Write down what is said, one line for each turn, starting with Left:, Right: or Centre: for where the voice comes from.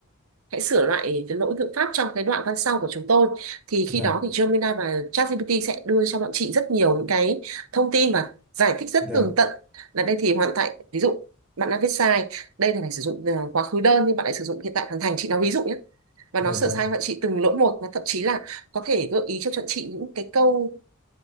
Right: hãy sửa lại cái lỗi ngữ pháp trong cái đoạn văn sau của chúng tôi thì khi
Centre: dạ
Right: đó thì Gemini và ChatGPT sẽ đưa cho bọn chị rất nhiều những cái thông tin và giải thích rất
Centre: dạ
Right: tường tận là đây thì hoàn tại ví dụ bạn đã viết sai đây là phải sử dụng ờ, quá khứ đơn nhưng bạn lại sử dụng hiện tại hoàn thành chị nói ví dụ nhé và
Centre: dạ
Right: nó sửa
Centre: vâng
Right: sai bạn chị từng lỗi một và thậm chí là có thể gợi ý cho bọn chị những cái câu